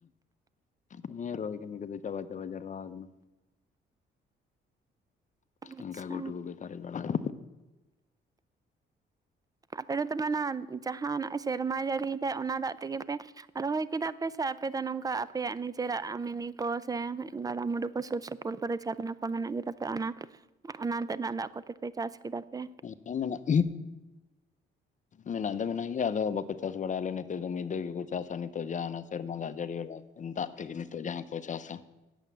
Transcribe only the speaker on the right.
ᱟᱪᱪᱷᱟ
ᱟᱯᱮ ᱫᱚ ᱛᱚᱵᱮ ᱚᱱᱟ ᱡᱟᱸᱦᱟ ᱱᱟᱜ ᱮ ᱥᱮᱨᱢᱟ ᱡᱟᱹᱲᱤᱭᱮᱫᱟᱭ ᱚᱱᱟ ᱫᱟᱜ ᱛᱮᱜᱮ ᱯᱮ᱾ ᱨᱚᱦᱚᱭ ᱠᱮᱫᱟ ᱯᱮ ᱥᱮ ᱟᱯᱮ ᱫᱚ ᱱᱚᱝᱠᱟ ᱟᱯᱮᱭᱟᱜ ᱱᱤᱡᱮᱨᱟᱜ ᱢᱮᱱᱤ ᱠᱚ ᱥᱮ ᱜᱟᱰᱟ ᱢᱩᱰᱩ ᱠᱚ ᱥᱩᱨ ᱥᱩ ᱯᱩᱨ‌ ᱠᱚᱨᱮ ᱡᱷᱟᱨᱱᱟ ᱠᱚ ᱢᱮᱱᱟᱜ ᱜᱮᱛᱟ ᱯᱮᱭᱟ ᱚᱱᱟ ᱚᱱᱟᱛᱮᱱᱟᱜ ᱫᱟᱜ ᱠᱚᱛᱮᱯᱮ ᱪᱟᱥ ᱠᱮᱫᱟ ᱯᱮ